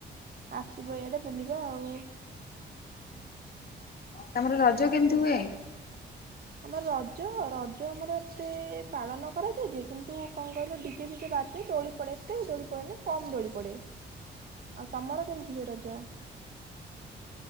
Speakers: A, on the right; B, on the left.
A: ଆସିବ ଏଇଆଡେ ବୁଲିବା ଆଉ।
B: ତମର ରଜ କେମିତି ହୁଏ?
A: ଆମର ରଜ ରଜ ଆମର ଏତେ ପାଳନ କରାଯାଏ ଯେ କିନ୍ତୁ କଣ କହିଲ କି କିଛି ରାଜ ଦୋଳି ପଡେ ଏତେ ଦୋଳି ପଡେନି କମ ଦୋଳି ପଡେ ଆଉ ତମର କେମିତି ହୁଏ ରଜ। <inaudible>